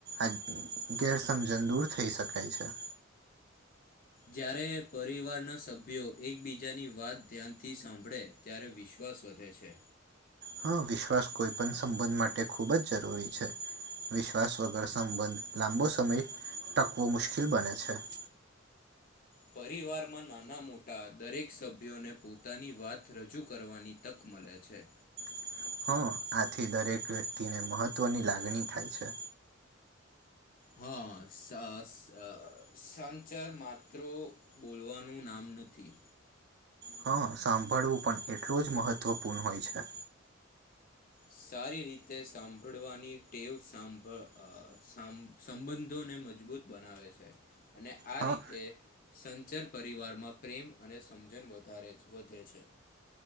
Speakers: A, on the right (about 60°); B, on the left (about 45°).
A: આ ગેરસમજણ દૂર થઈ શકે છે
B: જ્યારે પરિવારના સભ્યો એકબીજાની વાત ધ્યાનથી સાંભળે ત્યારે વિશ્વ વસ વધે છે
A: હા વિશ્વાસ કોઈ પણ સંબંધ માટે ખૂબ જ જરૂરી છે વિશ્વાસ વગર સંબંધ લાંબો સમય ટકવો મુશ્કેલ બને છે <inaudible>
B: પરિવારમાં નાના મોટા દરેક સભ્યોને પોતાની વાત રજૂ કરવાની તક મલે છે
A: <inaudible> હં આથી દરેક વ્યક્તિને મહત્ત્વની લાગણી થાય છે
B: હા સા સ સંચર માત્ર બોલવાનું નામ નથી
A: હં સાંભળવું પણ એટલું જ મહત્વપૂર્ણ હોય છે
B: સારી રીતે સાંભળવાની ટેવ સાંભળ અ સંબ સંબંધો ને મજબૂત બનાવે છે અને આ
A: હા
B: રીતે સંચર પરિવારમાં પ્રેમ અને સમજણ વધારે વધે છે